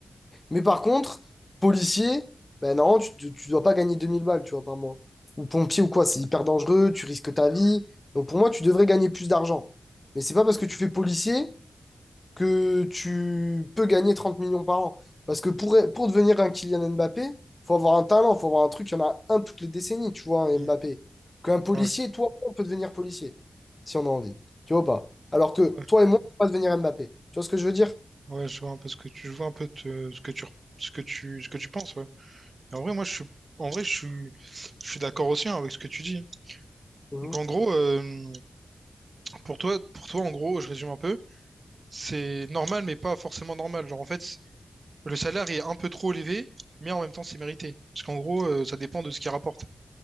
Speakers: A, on the left; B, on the right.
A: Mais par contre, policier, ben non, tu, tu, dois pas gagner 2000 balles, tu vois, par mois. Ou pompier ou quoi, c'est hyper dangereux, tu risques ta vie. Donc pour moi, tu devrais gagner plus d'argent. Mais c'est pas parce que tu fais policier que tu peux gagner 30 millions par an. Parce que pour, pour devenir un Kylian Mbappé, il faut avoir un talent, il faut avoir un truc. Il y en a un toutes les décennies, tu vois, un
B: Hmm.
A: Mbappé. Qu'un policier,
B: Ouais,
A: toi, on peut devenir policier, si on a envie. Tu vois ou pas? Alors que
B: ouais,
A: toi et moi, on ne peut pas devenir Mbappé. Tu vois ce que je veux dire?
B: ouais, je vois un peu ce que tu, je vois un peu te- ce que tu, ce que tu, ce que tu penses, ouais. Et en vrai, moi, je suis, en vrai, je suis, je suis d'accord aussi hein, avec ce que tu dis.
A: Mhm.
B: Donc, en gros, euh, pour toi, pour toi, en gros, je résume un peu, c'est normal, mais pas forcément normal. Genre, en fait, c- le salaire est un peu trop élevé, mais en même temps, c'est mérité. Parce qu'en gros, euh, ça dépend de ce qu'il rapporte.